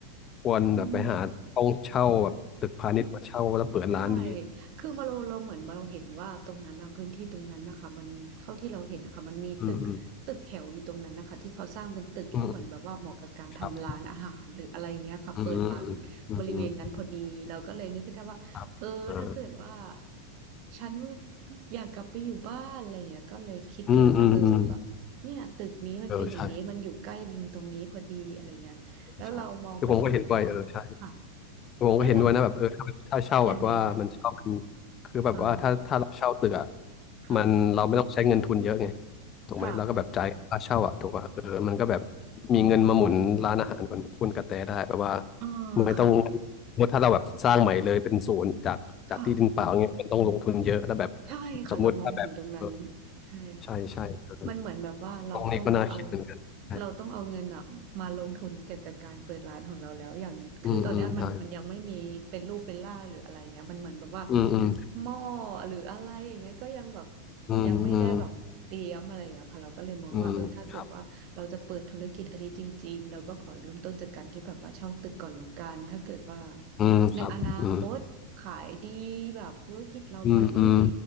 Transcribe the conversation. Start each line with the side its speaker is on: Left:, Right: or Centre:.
Left: ควรแบบไปหาต้องเช่าแบบตึกพาณิชย์มาเช่าแล้วเปิดร้านดี
Right: อืม ใช่ คือมาเราเราเหมือนมาเราเห็นว่าตรงนั้นนะพื้นที่ตรงนั้นนะคะมันเท่าที่เราเห็นนะคะมันมีตึกตึกแถวอยู่ตรงนั้นนะคะที่เขาสร้างเป็นตึกแล้วเหมือนแบบว่าเหมาะกับการทำร้านอาหารหรืออะไรเงี้ยค่ะเปิดร้านบริเวณนั้นพอดีเราก็เลยนึกขึ้นได้ว่าเออถ้าเกิดว่า
Left: อืมอืมอืมอืมครับอืมอืมอืมอืมครับอ่
Right: ฉันอยากกลับไปอยู่บ้านอะไรเงี้ยก็เลยคิดถึงว่าเออแบบเนี่ยตึกนี้มันเป็นอย่างนี้มันอยู่ใกล้ริมตรงนี้พอดีอะไรเงี้ยแล้วเรามองไปถึงแบบ
Left: อืมอืมอืมเออใช่ใช่ผมก็เห็นดวยเออใช่
Right: ค่ะ
Left: ผมก็เห็นด้วยนะแบบเออถ้าแบบถ้าเช่าแบบว่ามันเช่ามัน
Right: แล้วเรายังไงคะ
Left: คือแบบว่าถ้าถ้าเราเช่าตึกอะ
Right: อ่าค่ะ
Left: มันเราไม่ต้องใช้เงินทุนเยอะไงถูกไหมแล้วก็แบบจ่ายค่าเช่าอะถูกป่ะเออมันก็แบบ
Right: ค่ะ
Left: มีเงินมาหมุนร้านอาหารของคุณกระแตได้แบบว่า
Right: เอ่า
Left: ไม่ต้อง
Right: ค่ะ
Left: สมมติถ้าเราแบบสร้างใหม่เลยเป็นศูนย์จากจากที่ดินเปล่าเงี้ยมันต้องลงทุนเยอะแล้วแบบ
Right: ค่ะใช่ค่ะเรามองถึงตรงนั้น
Left: สมมุติถ้าแบบเออ
Right: ใช่ค่ะ
Left: ใช่ใช่เออ
Right: มันเหมือนแบบว่าเราต้องเอา
Left: ตรงนี้ก็น่าคิดเหมือนกันใช่
Right: เราต้องเอาเงินอะมาลงทุนเกี่ยวกับการเปิดร้านของเราแล้วอย่างหนึงคือตอนเนี้ยมันมันยังไม่มีเป็นรูปเป็นร่างหรืออะไรเงี้ยมันเหมือนแบบว่า
Left: อืมอืมใช่อืมอืม
Right: หม้อหรืออะไรอย่างเงี้ยก็ยังแบบ
Left: อืมอืม
Right: ยังไม่ได้แบบเตรียมอะไรอย่างเงี้ยค่ะเราก็เลยมองว่าเออถ้าเกิดว่าเราจะเปิดธุรกิจอันนี้จริงๆเราก็ขอเริ่มต้นจากการที่แบบว่าเช่าตึกก่อนแล้วกันถ้าเกิดว่า
Left: อืมครับอืมครับอืม
Right: ในอนาคตขายดีแบบธุรกิจเราไปได้ดี
Left: อืมอืม